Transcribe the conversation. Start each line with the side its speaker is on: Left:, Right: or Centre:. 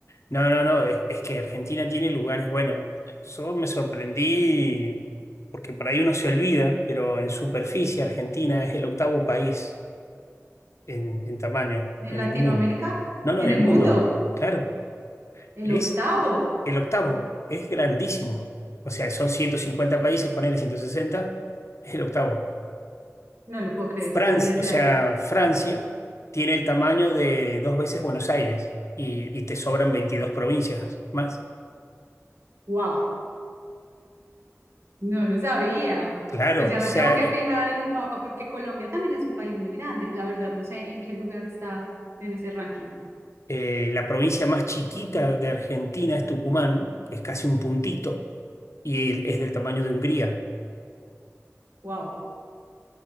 Left: No, no, no, es, es que Argentina tiene lugares buenos. Yo me sorprendí porque por ahí uno se olvida, pero en superficie Argentina es el octavo país en, en tamaño
Right: En
Left: en
Right: Latinoamérica,
Left: el mundo. No, no,
Right: en
Left: en
Right: el
Left: el mundo,
Right: mundo,
Left: claro.
Right: el
Left: Es
Right: octavo.
Left: el octavo, es grandísimo. O sea, son 150 países, ponele 160. es el octavo.
Right: No lo puedo creer,
Left: Francia,
Right: no sabía ese
Left: o sea,
Right: dato.
Left: Francia tiene el tamaño de dos veces Buenos Aires y, y te sobran 22 provincias más.
Right: ¡Wow! No lo sabía.
Left: Claro,
Right: Pues ya
Left: o
Right: me
Left: sea,
Right: tengo que fijar en un mapa porque Colombia también es un país muy grande. La verdad, no sé en qué lugar está en ese ranking.
Left: Eh, la provincia más chiquita de Argentina es Tucumán, que es casi un puntito, y es del tamaño de Hungría,
Right: ¡Wow!